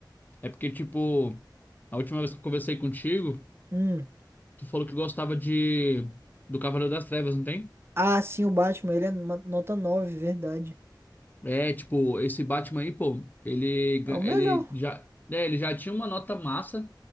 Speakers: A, on the left; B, on the right.
A: É porque tipo, a última vez que eu conversei contigo,
B: Hum.
A: tu falou que gostava de do Cavaleiro das Trevas, não tem?
B: Ah, sim, o Batman, ele é ma- nota 9, verdade.
A: É, tipo, esse Batman aí, pô, ele
B: É
A: gan-
B: o melhor.
A: ele já, é, ele já tinha uma nota massa